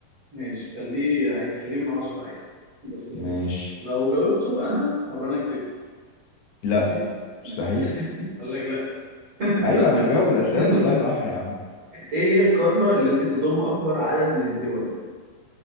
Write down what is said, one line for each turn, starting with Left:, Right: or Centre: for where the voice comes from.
Right: ماشي خليه عادي خليه من عشرة عادي يبقى في اللذيذ
Left: ماشي
Right: لو جاوبته أنا هبقى أنا كسبت
Left: لا
Right: ماشي؟ ماشي.
Left: مستحيل
Right: <laughs> قال لك لأ
Left: ايوه
Right: لأ
Left: انا مجاوب الأسئلة
Right: <laughs> أنا
Left: كلها
Right: لأ
Left: صح يا عم
Right: إيه هي القارة التي تضم أكبر عدد من الدول؟